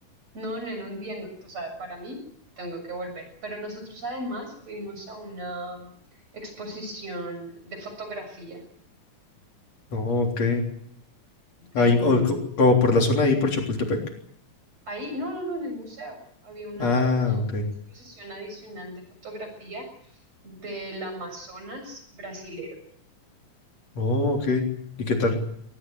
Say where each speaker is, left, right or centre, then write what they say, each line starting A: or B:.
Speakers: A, on the right; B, on the left.
A: no, no, en un día, no. O sea, para mí tengo que volver. Pero nosotros además fuimos a una exposición de fotografía
B: Oh, ok.
A: de
B: Ahí,
A: un
B: o co- como por la zona ahí por Chapultepec.
A: Ahí, no, no, no, en el museo había una,
B: Ah,
A: una
B: ok.
A: exposición adicional de fotografía del Amazonas brasilero,
B: Oh, ok. ¿Y qué tal?